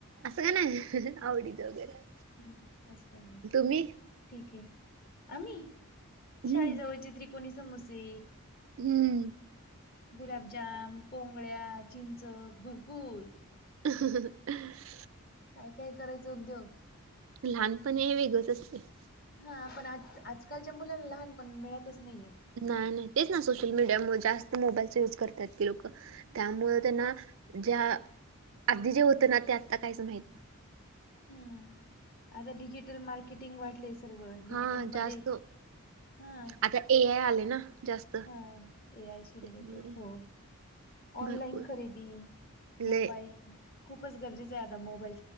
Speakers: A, on the right; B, on the left.
A: असं काय नाय आवडीचं वगैरे.
B: हम असं काही नाही.
A: तुम्ही
B: ठीक आहे. आम्ही
A: हम्म
B: शाळेजवळचे त्रिकोणी समोसे.
A: हम्म
B: गुलाबजाम, पोंगळ्या, चिंच भरपूर
A: ह
B: काय काय करायचं उद्योग.
A: लहानपणी हे वेगळंच असते.
B: हा पण आज आजकालच्या मुलांना लहानपण मिळतच नाहीये.
A: नाही नाही तेच ना सोशल मीडिया मुळे जास्त मोबाईलच युज करतात की लोक त्यामुळ त्यांना ज्या आधी जे होतं ना ते आता काहीच माहित ना
B: हम्म आता डिजिटल मार्केटिंग वाढलेय सर्व डिजिटल
A: हा जास्त
B: मध्ये हा,
A: आता ए आय आले ना जास्त
B: हा, ए आय शी
A: त्यामुळे
B: रिलेटेड हो. ऑनलाईन
A: भरपूर
B: खरेदी मोबाईल
A: लय
B: खूप खूपच गरजेच आहे आता मोबाईल